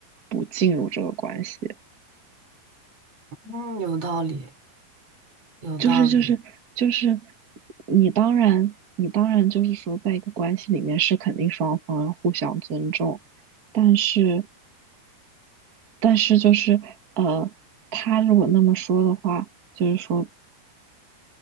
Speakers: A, on the right; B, on the right.
A: 不进入这个关系。
B: 嗯，有道理，有道理，
A: 就是就是就是，你当然你当然就是说，在一个关系里面是肯定双方要互相尊重，但是。但是就是呃，他如果那么说的话，就是说